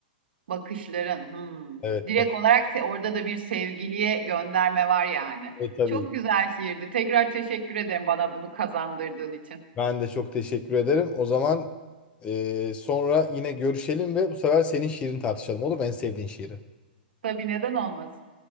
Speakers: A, on the right; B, on the left.
A: Bakışların. Hmm.
B: evet
A: Direkt
B: bak
A: olarak se- orada da bir sevgiliye gönderme var yani.
B: e, tabii
A: Çok güzel şiirdi. Tekrar teşekkür ederim bana bunu kazandırdığın için.
B: ben de çok teşekkür ederim. O zaman e, sonra yine görüşelim ve bu sefer senin şiirini tartışalım olur mu? En sevdiğin şiiri.
A: Tabii neden olmasın?